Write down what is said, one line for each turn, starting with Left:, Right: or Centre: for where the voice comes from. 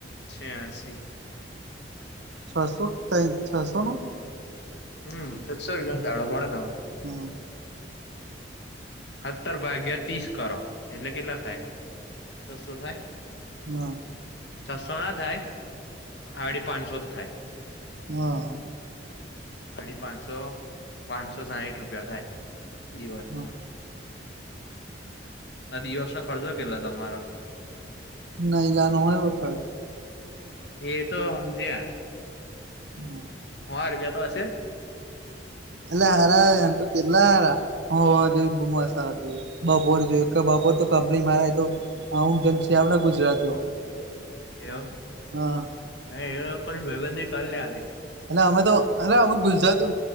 Left: છેયાસી
Right: છસો ત છસો નો
Left: હમ છસો રૂપિયાનો દાળો પડે તમારે
Right: હા.
Left: સત્તર ભાગ્યા ત્રીસ કરો એટલે કેટલા થાય છસો થાય
Right: હા.
Left: છસો ના થાય હાડી પાંચસો જ થાય
Right: હા.
Left: સાડી પાંચસો પાંચસો સાહીઠ રૂપિયા થાય દિવસનો
Right: હા
Left: દિવસનો ખર્ચો કેટલા તમારો
Right: નાયલાનું હોય એવ ખર્ચ
Left: એ તો હમજ્યા
Right: હમ.
Left: હ રૂપિયા તો હશે
Right: એટલે હારા એમ તો કેટલા હારા <unintelligible> સારા બપોર જો કેપ પોર તો કપની મા રેય તો હું જેમ છે આવડા ગુજરાતીઓ
Left: એવું.
Right: હા.
Left: હ એ લોકો કોની ભાઈબંધી કર લેવાની
Right: એટલે અમે તો અરે અમે ગુજરાતી